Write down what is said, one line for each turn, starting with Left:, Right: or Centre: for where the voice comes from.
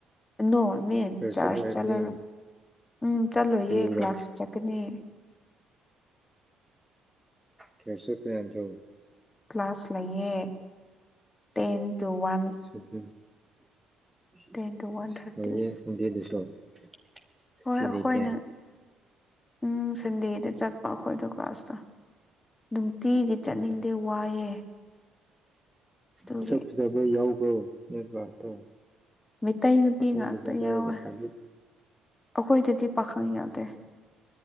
Left: ꯅꯣ ꯑꯃꯤꯟ ꯆꯔꯆ
Centre: ꯆꯠꯂꯣ ꯍꯥꯏꯕꯅꯤ
Left: ꯆꯠꯂꯔꯣꯏ ꯎꯝ ꯆꯠꯂꯣꯏꯌꯦ
Centre: ꯀꯔꯤꯒꯤꯔꯣ
Left: ꯀ꯭ꯂꯥꯁ ꯆꯠꯀꯅꯤ
Centre: ꯆꯔꯆ ꯆꯠꯄ ꯌꯥꯗ꯭ꯔꯣ
Left: ꯀ꯭ꯂꯥꯁ ꯂꯩꯌꯦ ten two one
Centre: <unintelligible>
Left: ten two one thirty ꯍꯣꯏ ꯑꯈꯣꯏꯅ
Centre: ꯂꯩꯇꯦ
Left: ꯎꯝ ꯁꯟꯗꯦꯗ ꯆꯠꯄ ꯑꯈꯣꯏꯗꯣ ꯀ꯭ꯂꯥꯁꯇꯣ ꯅꯨꯡꯇꯤꯒꯤ ꯆꯠꯅꯤꯡꯗꯦ ꯋꯥꯏꯑꯦ ꯑꯗꯨꯒꯤ
Centre: ꯃꯁꯛ ꯐꯖꯕ ꯌꯥꯎꯕ꯭ꯔꯣ ꯅꯣꯏ ꯀ꯭ꯂꯥꯁꯇꯣ
Left: ꯃꯩꯇꯩꯩ ꯅꯨꯄꯤ
Centre: ꯄꯥꯈꯪ
Left: ꯉꯥꯛꯇ
Centre: ꯐꯖꯕ
Left: ꯌꯥꯎꯋꯦ
Centre: ꯂꯩꯁꯥꯕꯤ
Left: ꯑꯈꯣꯏꯗꯗꯤ ꯄꯥꯈꯪ ꯌꯥꯗꯦ